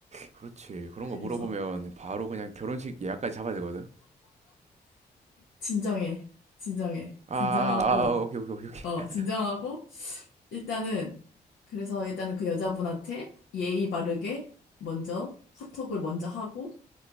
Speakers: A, on the right (about 35°); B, on the left (about 80°).
A: 그렇지. 그런
B: 그래서
A: 거 물어보면 바로 그냥 결혼식 예약까지 잡아야 되거든?
B: 진정해, 진정해,
A: 아,
B: 진정하고
A: 아, 아, 아, 오케이, 오케이, 오케이, 오케이.
B: 어 진정하고 일단은 그래서 일단은 그 여자분한테 예의 바르게 먼저 카톡을 먼저 하고